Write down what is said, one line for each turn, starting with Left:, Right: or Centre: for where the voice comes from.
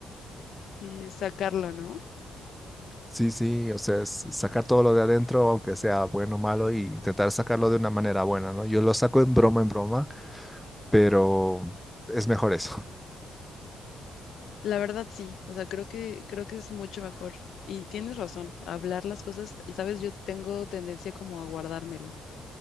Left: y sacarlo, ¿no?
Centre: Sí, sí, o sea, es sacar todo lo de adentro, aunque sea bueno o malo, y intentar sacarlo de una manera buena, ¿no? Yo lo saco en broma, en broma, pero es mejor eso. <laughs>
Left: La verdad sí, o sea, creo que creo que es mucho mejor y tienes razón, hablar las cosas, sabes, yo tengo tendencia como a guardármelo,